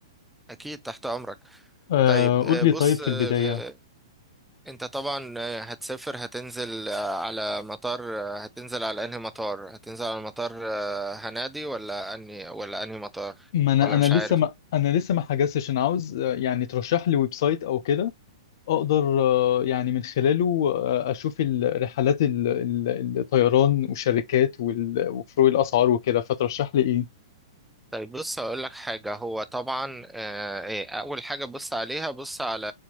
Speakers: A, in the centre; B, on the left.
A: أكيد تحت أمرك
B: آه،
A: طيب
B: قول
A: آه،
B: لي
A: بص
B: طيب في
A: آه،
B: البداية
A: أنت طبعا آه، هتسافر هتنزل آه، على مطار آه، هتنزل على أنهي مطار هتنزل على مطار آه، هنادي ولا أنهي ولا أنهي مطار
B: ما انا
A: ولا
B: انا
A: مش
B: لسه
A: عارف
B: ما انا لسه ما حجزتش انا عاوز آه، يعني ترشح لي ويب سايت او كده اقدر آه، يعني من خلاله آه، اشوف الرحلات ال- ال- الطيران والشركات وال- وفروق الاسعار وكده فترشح لي ايه
A: طيب بص هقول لك حاجة هو طبعا آه، إيه، أول حاجة بص عليها بص على